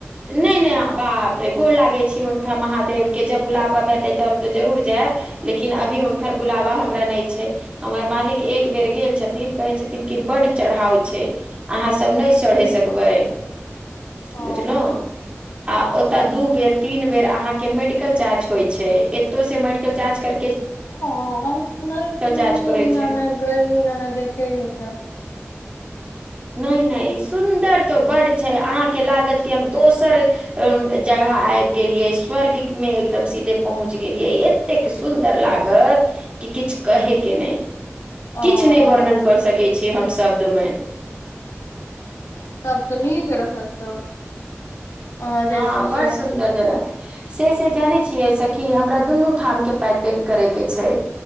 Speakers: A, on the right; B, on the left.
A: नहि नहि बाप रे गोर लागे छी हुनका महादेव के जब बुलाबा हेते तऽ हम तऽ जरूर जायब लेकिन अभी हुनकर बुलाबा हमरा नहि छै हमर मालिक एक बेर गेल छथिन कहे छथिन कि बड चढ़ाव छै अहााँ सब नहि चढ़े सक बै।
B: ओ
A: बुझलहुँ आ ओ त दू बेर तीन बेर अहा के मेडिकल जांच होय छै। एतो से मेडिकल जांच कर
B: ह हम नहि सुनली
A: जाँच करै
B: एहिना
A: छै
B: गैली रहे देखैला।
A: नहि नहि सुन्दर तऽ बड्ड छै। अहाँके लागत कि हम दोसर जगह आबि गेलियै। स्वर्गमे एकदम सीधे पहुँच गेलियै एतेक सुन्दर लागत कि किछु कहे के नहि। किछु
B: ओ
A: नहि वर्णन कर सकै छी। छी हम शब्द मे।
B: तब तऽ निक रहत तब अहाँ
A: हँ
B: जैतियै
A: बड़ सुन्दर जगह छै। से से जानै छियै सखी? हमरा दुनू ठाम के पैकिंग करे के छै